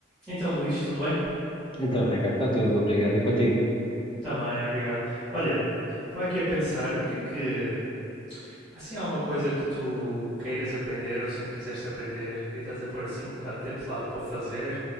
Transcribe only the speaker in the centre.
Então, Luís, tudo bem?
Também, obrigado. Olha, estava aqui a pensar, o que é que... Assim, há uma coisa que tu queiras aprender ou sempre quiseste aprender e estás a pôr assim um bocado de tempo de lado para o fazer